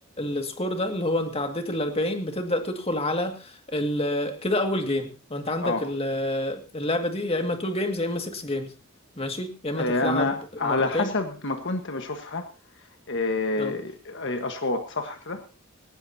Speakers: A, on the left; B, on the left.
A: السكور ده اللي هو انت عديت ال 40 بتبدأ تدخل على ال كده اول جيم وانت عندك
B: اه
A: ال- اللعبة دي يا اما 2 جيمز يا اما 6 جيمز ماشي يا اما
B: آه،
A: تتلعب
B: انا
A: مرتين
B: على حسب ما كنت بشوفها آه،
A: اه
B: آه، اشواط صح كده